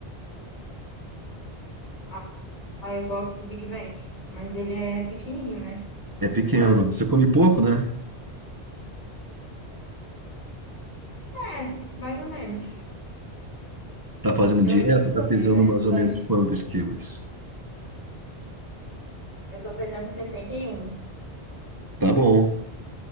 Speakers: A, on the left; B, on the right.
A: Ah, eu gosto do Big Mac, mas ele é pequenininho, né?
B: É pequeno. Você come pouco, né?
A: É, mais ou menos.
B: Tá fazendo
A: Eu
B: dieta,
A: evito
B: tá
A: comer,
B: pesando
A: né?
B: mais
A: Lanche.
B: ou menos quantos quilos?
A: Eu tô pesando sessenta e um
B: Tá bom.